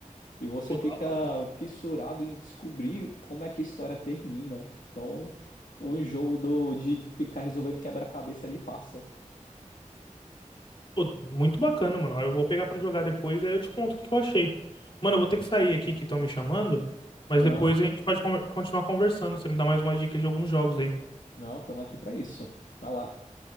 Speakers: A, on the left; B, on the left.
A: E você
B: Pô, da
A: fica
B: hora. mano.
A: fissurado em descobrir como é que a história termina. Então, o enjoo do, de ficar resolvendo quebra-cabeça ali passa.
B: Pô, muito bacana, mano. Eu vou pegar pra jogar depois, aí eu te conto o que eu achei. Mano, eu vou ter que sair aqui que estão me chamando, mas
A: Não,
B: depois
A: tra-
B: a gente pode conver- continuar conversando. Você me dá mais umas dicas de alguns jogos aí.
A: não, estamos aqui para isso. Vai lá.